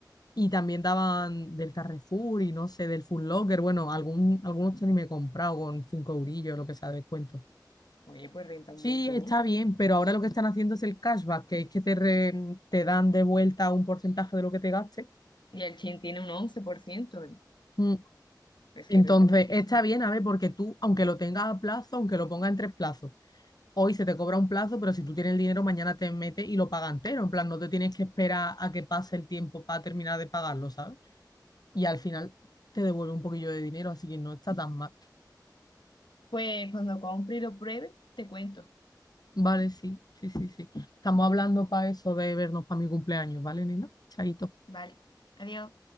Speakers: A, on the left; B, on the left.
A: Y también daban del Carrefour y no sé, del Foot Locker. Bueno, algún, algunos tenis me he comprado con 5 eurillos, lo que sea, de descuento.
B: Oye, pues renta
A: Sí,
B: un montón.
A: está bien, pero ahora lo que están haciendo es el cashback, que es que te, re- te dan de vuelta un porcentaje de lo que te gastes.
B: Y el Chin tiene un 11%. ¿eh?
A: mm,
B: Pues
A: Entonces,
B: que renta muchísimo.
A: está bien, a ver, porque tú, aunque lo tengas a plazo, aunque lo pongas en tres plazos, hoy se te cobra un plazo, pero si tú tienes el dinero, mañana te metes y lo pagas entero. En plan, no te tienes que esperar a que pase el tiempo para terminar de pagarlo, ¿sabes? Y al final te devuelve un poquillo de dinero, así que no está tan mal.
B: Pues cuando compre y lo pruebe, te cuento.
A: Vale, sí, sí, sí, sí. Estamos hablando para eso de vernos para mi cumpleaños, ¿vale, nena? Chaito.
B: Vale. Adiós.